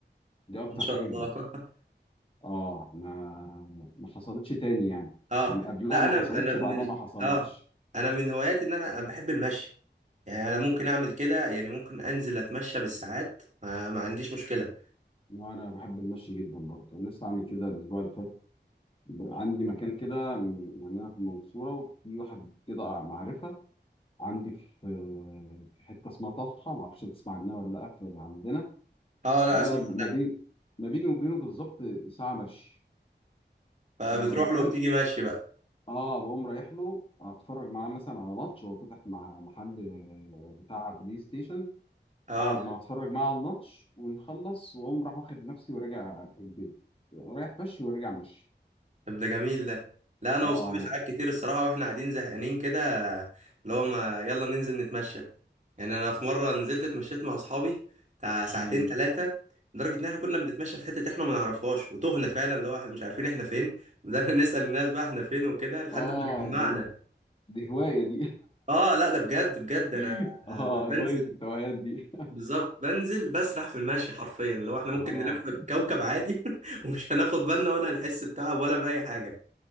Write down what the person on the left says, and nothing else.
دي اكتر
حاجة
جريتها اه ما ما حصلتش تاني يعني
يعني قبلها
ما
حصلتش
وبعدها ما حصلتش
وانا بحب المشي جدا برضه لسه عامل كده الاسبوع اللي فات ب- عندي مكان كده م- يعني انا في المنصورة وفي واحد كده معرفة عندي في في حتة اسمها طلحة ما اعرفش تسمع عنها ولا لا في- عندنا
ده
ما
بين ما بيني وبينه بالظبط ساعة مشي
فأنا
اه بقوم رايح له اتفرج معاه مثلا على ماتش هو فتح مع محل آه، بتاع بلاي ستيشن
اقعد معاه اتفرج معاه على الماتش ونخلص واقوم راح واخد نفسي وراجع البيت رايح مشي وراجع مشي
اه
انا
بح-
مم.
اه
دي دي هواية دي
<laughs> اه
هواية التوهان دي
<laughs>
اه